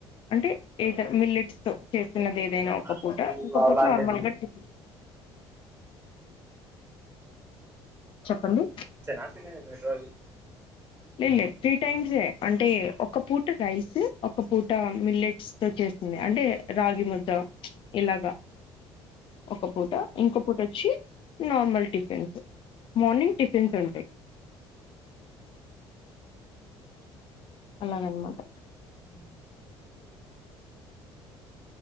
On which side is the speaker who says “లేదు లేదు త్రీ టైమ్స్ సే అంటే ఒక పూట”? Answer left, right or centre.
Left